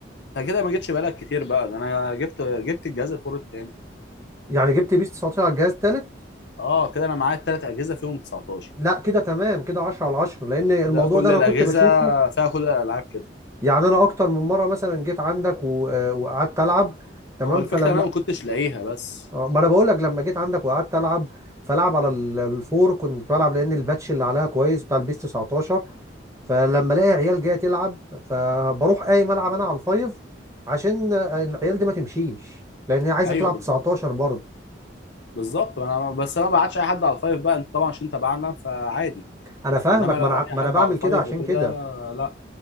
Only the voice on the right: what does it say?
يعني جبت بيس 19 على الجهاز التالت
لا كده تمام كده 10 على 10 لان الموضوع
ده انا
كنت بشوفه
يعني انا اكتر من مره مثلا جيت عندك و- آه، وقعدت العب تمام
فلما
آه، ما انا بقول لك لما جيت عندك وقعدت العب فلعب على ال- الفور كنت بلعب لان الباتش اللي عليها كويس بتاع البيس 19 فلما الاقي عيال جايه تلعب فبروح قايم العب انا على الفايف عشان آه، العيال دي ما تمشيش لان هي عايزه
تلعب
19 برضه
انا فاهمك
ما انا ع-
ما
انا بعمل
كده عشان
كده